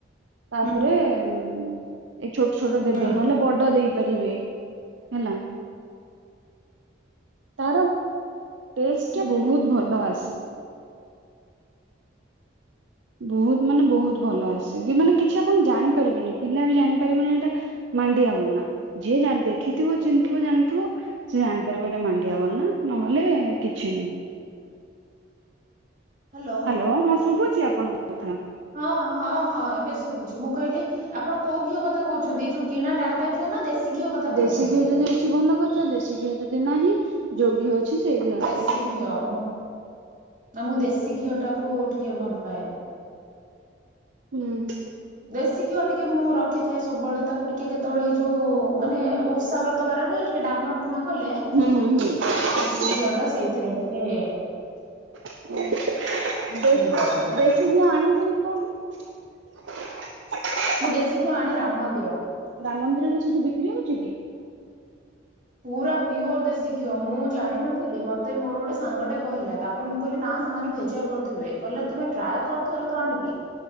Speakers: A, on the right (about 70°); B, on the right (about 40°).
A: ତାପରେ
B: ହୁଁ
A: ଏ ଛୋ ଛୋଟ ଦେବେ
B: ହୁଁ
A: ନହେଲେ ବଡ ଦେଇ ପାରିବେ ହେଲା। ତାର ଟେଷ୍ଟ୍ ଟା ବୋହୁତ୍ ଭଲ ଆସେ। ବୋହୁତ୍ ମାନେ ବୋହୁତ୍ ଭଲ ଆସେ କି ମାନେ କିଛି ଆପଣ ଜାଣିପାରିବେନି ପିଲା ବି ଜାଣିପାରିବନି ଏଟା ମାଣ୍ଡିଆ ବୋଲି ନା ଯିଏ ଯା ଦେଖିଥିବ ଚିହ୍ନି ଥିବ ଜାଣିଥିବ। ସେ ଜାଣିପାରିବ ଏଇଟା ମାଣ୍ଡିଆ ବୋଲିନା ନହେଲେ କିଛି ନାହିଁ।
B: ହ୍ୟାଲୋ।
A: ହଁ ହଁ ଶୁଭୁଛି ଆପଣଙ୍କ କଥା।
B: ହଁ ହଁ ହଁ ଏବେ ଶୁଭୁଛି ମୁଁ କହିଲି ଆପଣ କୋଉ ଘିଅ କଥା କହୁ ଯୋଉ କିଣା ଡାଲଟା ଘିଅ ନା ଦେଶୀ ଘିଅ କଥା କହୁଛନ୍ତି।
A: ଦେଶୀ ଘିଅ ଯଦି ଅଛି ଭଲ କଥା ଦେଶୀ ଘିଅ ଯଦି ନାହିଁ ଯୋଉ ଘିଅ ଅଛି ସେଇ ଘିଅ
B: ଶୀ ଘିଅ ମୁଁ ନା ମୁଁ ଦେଶୀ ଘିଅ ଟାକୁ ଟିକେ ଭଲ ପାଏ।
A: ହୁଁ ହୁଁ।
B: ଦେଶୀ ଘିଅ ଟିକେ ମୁଁ ରଖିଥାଏ ସବୁବେଳେ ତାକୁ ଟିକେ କେତେବେଳେ ଏଇ ଯୋଉ ମାନେ ଓଷା ବ୍ରତ ବାରରେ ଟିକେ ଡାଲମା ଫାଲମା କଲେ
A: ହୁଁ ହୁଁ ହୁଁ।
B: ସେ ଘିଅ ଟା ସେଇଥିରେ ଟିକେ
A: <inaudible> ସେ
B: ଇଏ କରେ
A: ଯିଏ ଆଣିଛନ୍ତି କୋଉଠୁ।
B: ମୁଁ ଦେଶି ଘିଅ ଆଣେ ରାମ ମନ୍ଦିର
A: ରାମ ମନ୍ଦିରରେ ସେଠି ବିକ୍ରି ହଉଛି କି?
B: ପୁରା ପିଓର ଦେଶୀ ଘିଅ ମୁଁ ଜାଣିନଥିଲି ମତେ ମୋର ଗୋଟେ ସାଙ୍ଗଟେ କହିଲା ତାପରେ ମୁଁ କହିଲି ନା ସେମାନେ ଭେଜଲ କରୁଥିବେ କହିଲା ତୁମେ ଟ୍ରାଏକର ଥରେ ତ ଆଣିକି